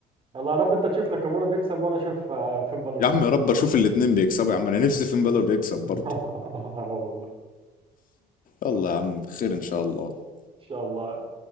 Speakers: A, on the right; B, on the left.
A: يلا يا رب انت تشوف ناكامورا بيكسب وانا اشوف آه، فين بالور
B: يا
A: بيكسب
B: عم يا رب اشوف الاثنين بيكسبوا يا عم انا نفسي فين بالور يكسب برضه
A: <laughs> اه والله
B: يلا يا عم خير ان شاء الله
A: ان شاء الله